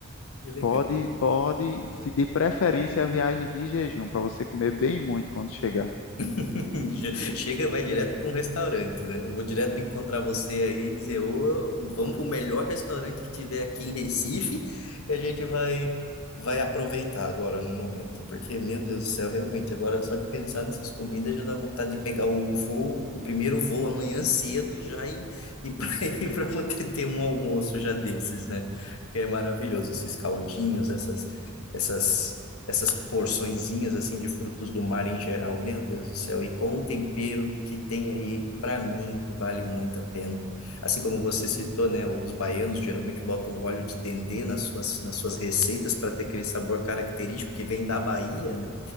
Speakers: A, on the left; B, on the left.
A: Que legal.
B: Pode, pode, se de preferência a viagem de jejum, para você comer bem muito quando chegar.
A: <laughs> Chega, e vai direto para um restaurante, né? Eu vou direto encontrar você aí e dizer, ô, vamos para o melhor restaurante que tiver aqui em Recife, e a gente vai vai aproveitar agora no momento, porque, meu Deus do céu, realmente, agora só de pensar nessas comidas já dá vontade de pegar o voo, o primeiro voo amanhã cedo e já ir, ir para <laughs> ir para poder ter um almoço já desses, né? Que é maravilhoso, esses caldinhos, essas essas essas porçõezinhas assim de frutos do mar em geral. Meu Deus do céu, e com o tempero que tem aí, para mim, vale muito a pena. Assim como você citou, né, os baianos geralmente botam óleo de dendê nas suas, nas suas receitas para ter aquele sabor característico que vem da Bahia, né,